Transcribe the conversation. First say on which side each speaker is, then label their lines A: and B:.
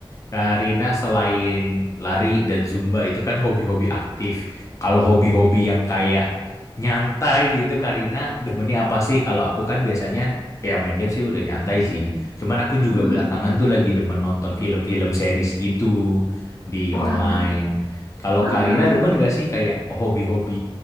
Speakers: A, on the left; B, on the left.
A: Karina selain lari dan Zumba itu kan hobi-hobi aktif. Kalau hobi-hobi yang kayak nyantai gitu, Karina demennya apa sih? Kalau aku kan biasanya ya main game sih udah nyantai sih. Cuman aku juga
B: Heeh.
A: belakangan tuh lagi demen nonton film-film series gitu di
B: Oh
A: online.
B: alah.
A: Kalau
B: Heeh.
A: Karina demen gak sih kayak hobi-hobi